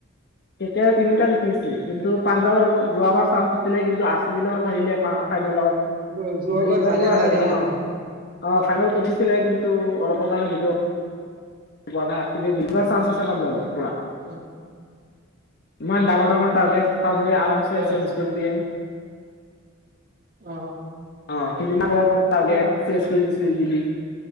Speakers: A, on the left (about 55°); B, on the right (about 45°).
A: কে কে আৰৰ তিনিটা জিকিছে। কিন্তু পাঞ্জাৱৰ যোৱাবাৰ চান্স আছিলে কিন্তু আৰ চি বিৰ লগত হাৰিলে ফা-ফাইনেলত।
B: অ
A: কিন্তু
B: যোৱা- যোৱাবাৰ
A: এইবাৰ
B: ফাইনেল
A: পুৰা
B: হাৰিলেতো
A: এ অ। অ' ফাইনেলত উঠিছিলে কিন্তু অলপ <unintelligible> <unintelligible> ইবাৰ চাঞ্চ আছে পাঞ্জাবৰ।
B: উম্।
A: ইমান ডাঙৰ ডাঙৰ টাৰ্গেট <unintelligible> আৰামছে চে্জ
B: আছে
A: কৰি দিয়ে।
B: অ
A: অহ
B: তো
A: <unintelligible>
B: সেইদিনা
A: টাৰ্গেট চে্জ কৰি দিছি easily.